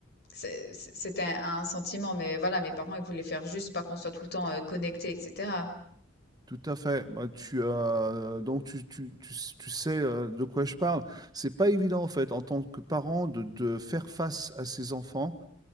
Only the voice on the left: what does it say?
c'est- c'est- c'était un, un sentiment. Mais voilà, mes parents, ils voulaient faire juste pas qu'on soit tout le temps euh, connecté, etc.